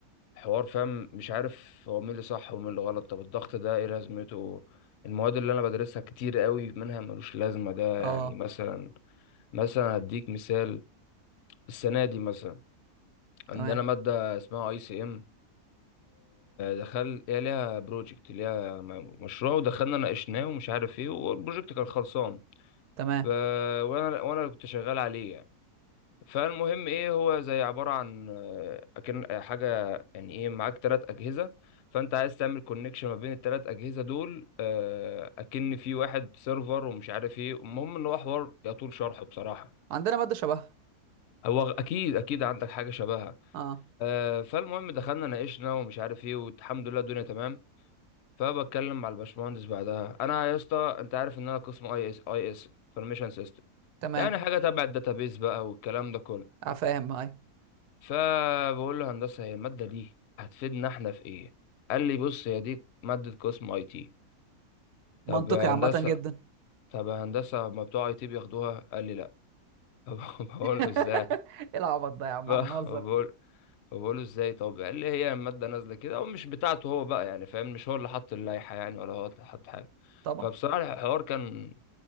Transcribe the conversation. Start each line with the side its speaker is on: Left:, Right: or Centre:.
Left: الحوار فاهم مش عارف هو مين اللي صح ومين اللي غلط طب الضغط ده ايه لازمته المواد اللي انا بدرسها كتير قوي منها ملوش لازمه ده يعني
Right: اه
Left: مثلا مثلا هديك مثال السنه دي مثلا عندنا
Right: تمام
Left: ماده اسمها اي سي ام دخل هي ليها بروجكت ليها م- مشروع ودخلنا ناقشناه ومش عارف ايه والبروجكت كان خلصان
Right: تمام
Left: ب- وانا وانا كنت شغال عليه يعني فالمهم ايه هو زي عباره عن آه، اكن آه، حاجه يعني ايه معاك ثلاث اجهزه فانت عايز تعمل كونكشن ما بين الثلاث اجهزه دول آه، اكن في واحد سيرفر ومش عارف ايه المهم ان هو حوار يطول شرحه بصراحه
Right: عندنا مادة شبهها
Left: هو اكيد اكيد عندك حاجه شبهها
Right: اه
Left: آه، فالمهم دخلنا ناقشنا ومش عارف ايه والحمد لله الدنيا تمام فبتكلم مع الباشمهندس بعدها انا يا اسطى انت عارف ان انا قسم اي اس اي اس انفورميشن سيستم
Right: تمام
Left: يعني حاجة تبع الداتابيز بقى والكلام ده كله
Right: آه، فاهم آه، ايوه
Left: فبقول له هندسة هي المادة دي هتفيدنا احنا في ايه قال لي بص هي دي مادة قسم اي تي
Right: منطقي
Left: طب يا
Right: عامة
Left: هندسة
Right: جدا
Left: طب يا هندسة ما بتوع اي تي بياخدوها قال لي لا <laughs> طب بقول
Right: <laughs>
Left: له ازاي
Right: ايه العبط ده يا عم
Left: فبقول
Right: احنا نهزر
Left: فبقول له ازاي طب قال لي هي المادة نازلة كده ومش بتاعته هو بقى يعني فاهم مش هو اللي حط اللائحة يعني ولا هو اللي حط حاجة
Right: طبعا
Left: فبصراحة الحوار كان